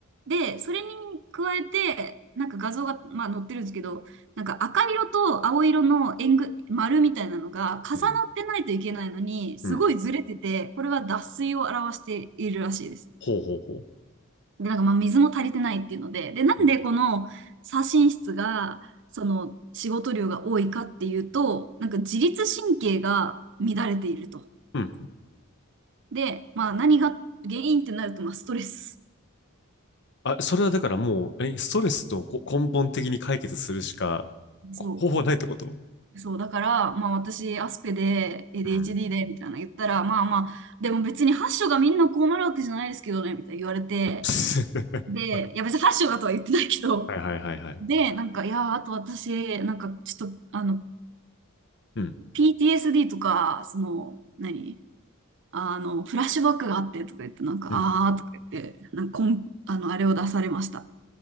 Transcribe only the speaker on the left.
うん。
うん。
ほうほうほう。
うん。
うん。
あ、それはだからもう、え、ストレスとこ根本的に解決するしかこ方法はないってこと
うん。
<laughs>
はいはいはいはい。
うん。
うん。